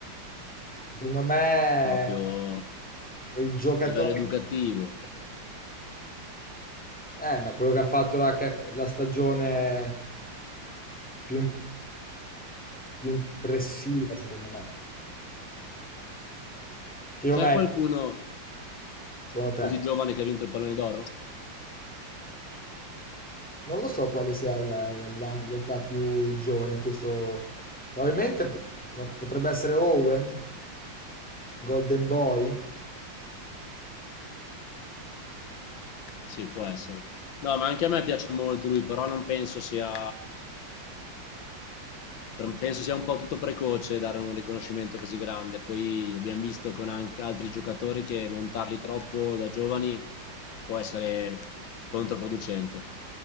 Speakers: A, in the centre; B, on the left.
A: Secondo me
B: Proprio a
A: è il giocatore
B: livello educativo.
A: Eh, ma quello che ha fatto la, ca- la stagione più, im- più impressiva, secondo me. Chilometro,
B: C'è qualcuno
A: secondo te?
B: così giovane che ha vinto il pallone d'oro?
A: Non lo so quale sia l- la- l'età più giovane, questo probabilmente p- no, potrebbe essere Owen, Golden Boy.
B: Sì, può essere. No, ma anche a me piace molto lui, però non penso sia, penso sia un po' tutto precoce dare un riconoscimento così grande. Poi abbiamo visto con anche altri giocatori che montarli troppo da giovani può essere controproducente.